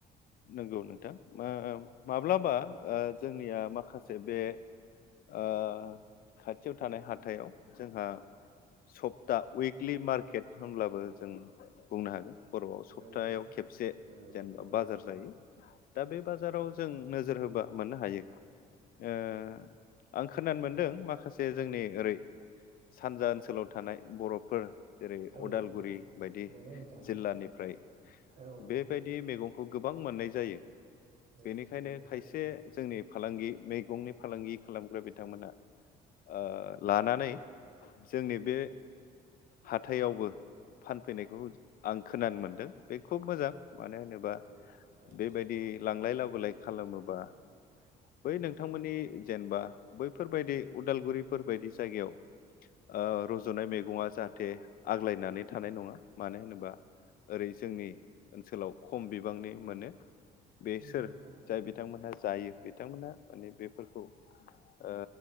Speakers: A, on the left; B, on the right.
A: नंगौ नोंथां मा- माब्लाबा जोंनिया माखासे बे ओ खाथियाव थानाय हाथायाव जोंहा सप्ता उइकलि मार्केट होनब्लाबो जों बुंनो हागोन बर'आव सप्तायाव
B: औ
A: खेबसे
B: नंगौ
A: जेनेबा
B: नंगौ नोंथां
A: बाजार जायो दा बे बाजाराव जों नोजोर होबा मोननो हायो ओ आं खोनानो मोनदों माखासे जोंनि ओरै सानजा ओनसोलाव थानाय बर'फोर जेरै
B: औ
A: अदालगुरि बायदि
B: नंगौ नोंथां
A: जिल्लानिफ्राय
B: औ
A: बेबायदि मैगंखौ नाय जायो
B: औ
A: बेनिखायनो
B: नंगौ
A: खायसे
B: थारैनो
A: जोंनि फालांगि मैगंनि फालांगि खालामग्रा बिथांमोनहा ओ लानानै जोंनि बे हाथायावबो फानफैनायखौ आं खोनानो मोनदों बे खुब मोजां मानो होनोबा
B: नंगौ थारैनो
A: बेबायदि
B: नोंथां
A: लांलाय लाबोलाय खालामोबा बै नोंथांमोननि जेनेबा बैफोरबायदि उदालगुरिफोरबायायदि जायगायाव ओ रजनाय मैगंङा जाहाथे आग्लायनानै थानाय नङा मानो होनोबा ओरै जोंनि ओनसोलाव खम बिब बिबांनि मोनो बे
B: नंगौ
A: सोर
B: नोंथां
A: जाय बिथांमोनहा जायो बिथांमोना माने बेफोरखौ ओ